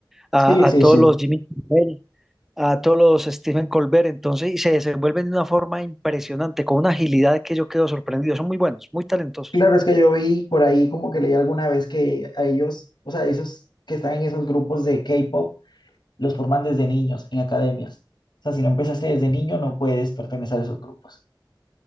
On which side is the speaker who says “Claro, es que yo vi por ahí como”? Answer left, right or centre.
Left